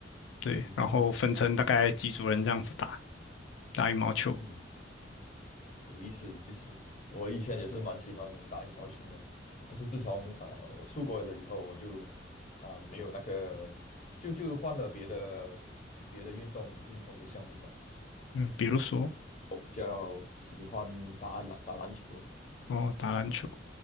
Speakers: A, on the left; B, on the left.
A: 对，
B: 嗯
A: 然后分成大概几组人这样子打打羽毛球。
B: 嗯，有意思，有意思。我以前也是蛮喜欢打羽毛球的，但是自从呃我出国了以后，我就啊、呃没有那个，就就换了别的别的运动运动的项目吧，
A: 嗯，比如说
B: 比较喜欢打篮打篮球，
A: 哦，打篮球，